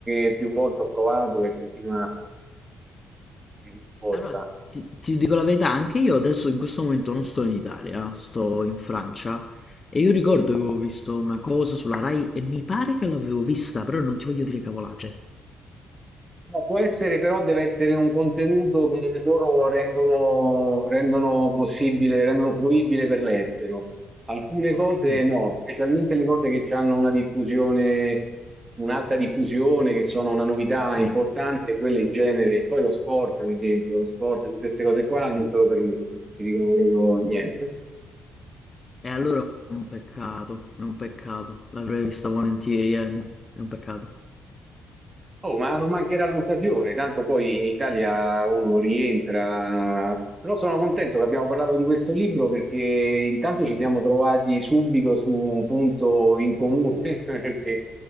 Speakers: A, on the right; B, on the left.
A: che più volte ho provato e continua di risposta.
B: Allora, ti, ti dico la verità, anche io adesso in questo momento non sto in Italia, sto in Francia e io ricordo
A: Sì.
B: che avevo visto una cosa sulla Rai e mi pare che l'avevo vista, però non ti voglio dire cavolate.
A: No, può essere, però deve essere un contenuto che loro rendono, rendono possibile, rendono fruibile per l'estero. Alcune
B: Ok,
A: cose no, specialmente le cose che hanno una diffusione, un'alta diffusione, che sono una novità
B: ok,
A: importante, quelle in genere, e poi lo sport, ad esempio, lo sport, tutte queste cose qua
B: ok.
A: non te lo permettono, ti dicono proprio niente.
B: E allora è un peccato, è un peccato. L'avrei vista volentieri, ehm, è un peccato.
A: Oh, ma non mancherà l'occasione, tanto poi in Italia uno rientra. Però sono contento che abbiamo parlato di questo libro perché intanto ci siamo trovati subito su un punto in comune. <laughs> perché-